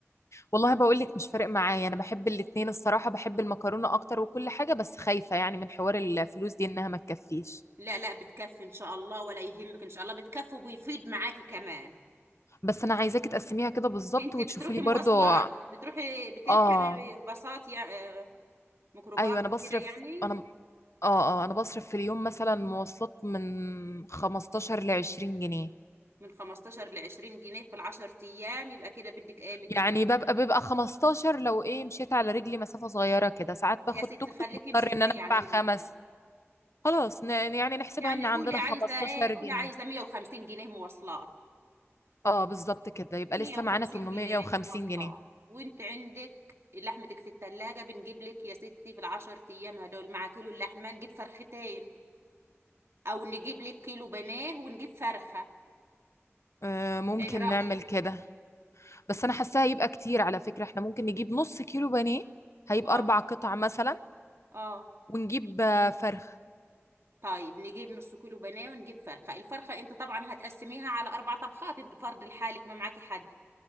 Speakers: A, on the left; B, on the right.
A: والله بقول لك مش فارق معايا انا بحب الاتنين الصراحة بحب المكرونة اكتر وكل حاجة بس خايفة يعني من حوار الفلوس دي انها ما تكفيش
B: لا لا بتكفي ان شاء الله ولا يهمك ان شاء الله بتكفي وبيفيد معاكي كمان
A: بس انا عايزاكي تقسميها كده بالظبط
B: انت
A: وتشوفولي
B: بتروحي
A: برضو
B: مواصلات بتروحي بتركبي
A: اه
B: باصات يا آه، ميكروباص
A: ايوه انا بصرف
B: كده يعني
A: انا اه اه انا بصرف في اليوم مثلا مواصلات من 15 ل 20 جنيه
B: من 15 ل 20 جنيه في العشر ايام يبقى كده بدك ايه 200
A: يعني
B: جنيه
A: ببقى بيبقى 15 لو ايه مشيت على رجلي مسافة صغيرة كده ساعات باخد
B: يا ستي
A: توك
B: خليكي
A: توك بضطر
B: امشي شويه
A: ان انا ادفع
B: على رجلك
A: خمس
B: برضه
A: خلاص ن- يعني نحسبها
B: يعني
A: ان عندنا
B: قولي عايزه
A: 15
B: ايه قولي
A: جنيه
B: عايزه 150 جنيه مواصلات
A: اه بالظبط كده يبقى
B: 150
A: لسه معانا 850
B: جنيه مواصلات
A: جنيه
B: وانت عندك لحمتك في التلاجة بنجيب لك يا ستي في العشر ايام هدول مع كيلو اللحمة نجيب فرختين او نجيب لك كيلو بناه ونجيب فرخة
A: آه ممكن
B: ايه رأيك
A: نعمل كده بس انا حاساها هيبقى كتير على فكرة احنا ممكن نجيب نص كيلو بانيه هيبقى
B: اه
A: اربع قطع مثلا
B: اه
A: ونجيب آه، فرخ
B: طيب نجيب نص كيلو بناه ونجيب فرخة الفرخة انت طبعا هتقسميها على اربع طبخات انت فرد لحالك ما معاكي حد